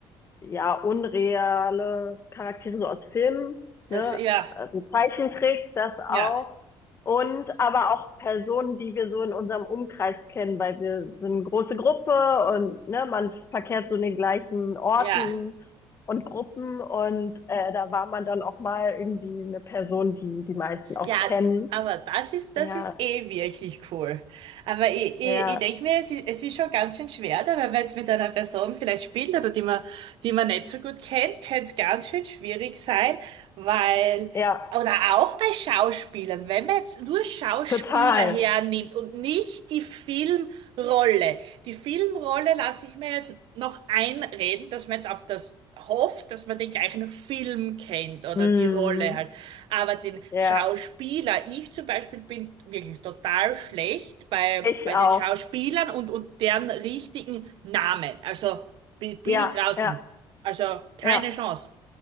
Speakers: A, on the left; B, on the right.
A: ja unreale Charaktere so aus Filmen,
B: Das,
A: ne?
B: ja,
A: Also Zeichentrick, das
B: ja,
A: auch. Und aber auch Personen, die wir so in unserem Umkreis kennen, weil wir sind eine große Gruppe und ne, man verkehrt so in den gleichen Orten
B: ja.
A: und Gruppen und äh, da war man dann auch mal irgendwie eine Person, die die meisten auch
B: Ja,
A: kennen.
B: aber das ist, das
A: Ja,
B: ist eh wirklich cool. Aber ich, ich,
A: ja,
B: ich denke mir, es ist, es ist schon ganz schön schwer, da, weil wenn man jetzt mit einer Person vielleicht spielt oder die man, die man nicht so gut kennt, könnte es ganz schön schwierig sein, weil,
A: ja,
B: oder auch bei Schauspielern, wenn man jetzt nur Schauspieler
A: total.
B: hernimmt und nicht die Filmrolle. Die Filmrolle lasse ich mir jetzt noch einreden, dass man jetzt auf das hofft, dass man den gleichen Film kennt oder
A: Hm,
B: die Rolle halt. Aber den
A: ja.
B: Schauspieler, ich zum Beispiel bin wirklich total schlecht bei,
A: Ich
B: bei
A: auch.
B: den Schauspielern und, und deren richtigen Namen. Also bin, bin
A: Ja,
B: ich draußen.
A: ja,
B: Also keine
A: ja,
B: Chance.